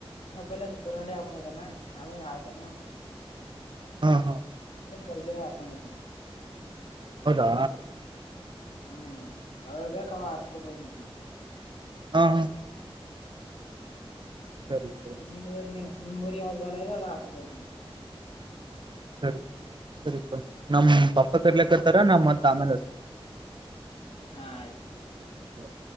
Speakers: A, on the left; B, on the right.
A: ನ ಪ ದೂರ್ನಡಿ ಹಾಕೊಂಡಿದ್ದಾನ ಆಮೇಲೆ ಹಾಸ ನು
B: ಹಾ ಹಾ
A: ಬರ್ಗದ ಹಾಕೊಂಡಿದ್ದ
B: ಹೌದಾ
A: ಹ್ಮ್ ಯಾವಾವ ಬೇಕು ಅವ ಆರ್ಸ್ಕೊಬೋದು ನು
B: ಹಾ ಹಾ ಸರಿ ಸರಿ
A: ಹ ನಿಮ್ದ ನಿಮ್ ಊರಿ ಯಾವ್ದ್ ಬಲ ಇದೆ ಅದ ಹಾಕೋಬೋದು ನೀ್
B: ಸರಿ ಸರಿ ಸರಿ ಸ ನಮ್ ಪಾಪ ಕರ್ಲಕ್ತಾರ ನಮ್ಮ್ ಮತ್ ಆಮೇಲೆ
A: ಹಾ ಆಯ್ತು
B: ಹ್ಮ